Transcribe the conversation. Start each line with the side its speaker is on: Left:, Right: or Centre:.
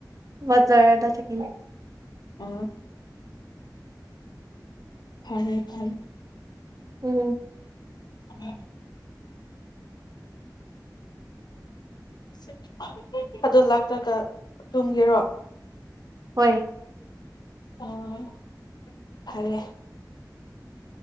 Right: ꯕꯖꯥꯔꯗ ꯆꯠꯀꯅꯤ
Left: ꯑ ꯐꯔꯦ ꯐꯔꯦ
Right: ꯎꯝ
Left: ꯎꯝ ꯁꯀꯣ ꯑꯗꯣ ꯂꯥꯛꯇ꯭ꯔꯒ ꯇꯨꯝꯒꯤꯔꯣ
Right: ꯍꯣꯏ
Left: ꯑ ꯐꯔꯦ